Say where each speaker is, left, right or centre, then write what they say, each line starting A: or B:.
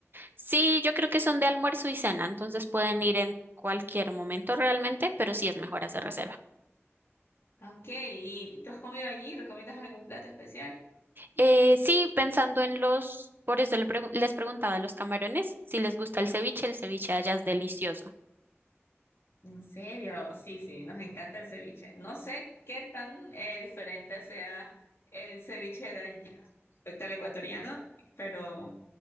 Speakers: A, on the right; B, on the left.
A: Sí, yo creo que son de almuerzo y cena, entonces pueden ir en cualquier momento realmente, pero sí es mejor hacer reserva.
B: Ah, Ok, ¿y tú has comido allí? ¿Recomiendas algún plato especial?
A: Eh, sí, pensando en los, por eso le pregun- les preguntaba a los camarones si les gusta el ceviche, el ceviche de allá es delicioso.
B: ¿En serio? Sí, sí, nos encanta el ceviche. No sé qué tan eh, diferente sea el ceviche de allá respecto al ecuatoriano, pero